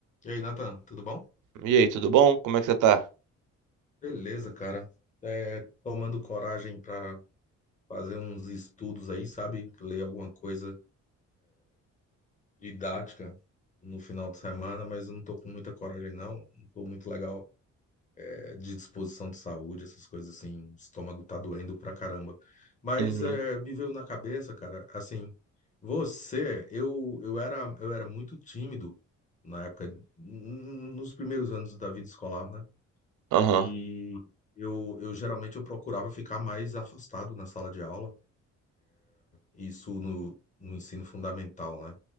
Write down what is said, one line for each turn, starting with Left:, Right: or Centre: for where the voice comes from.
Left: E aí, Nathan, tudo bom?
Right: E aí, tudo bom? Como é que você tá?
Left: Beleza, cara. É, tomando coragem para fazer uns estudos aí, sabe? Ler alguma coisa didática no final de semana, mas eu não tô com muita coragem, não. Não tô muito legal, é, de disposição de saúde, essas coisas assim. O estômago tá doendo pra caramba. Mas
Right: Uhum,
Left: é, me veio na cabeça, cara, assim, você, eu, eu era, eu era muito tímido na época, n- nos primeiros anos da vida escolar, né?
Right: aham,
Left: E eu, eu geralmente eu procurava ficar mais afastado na sala de aula, isso no, no ensino fundamental, né?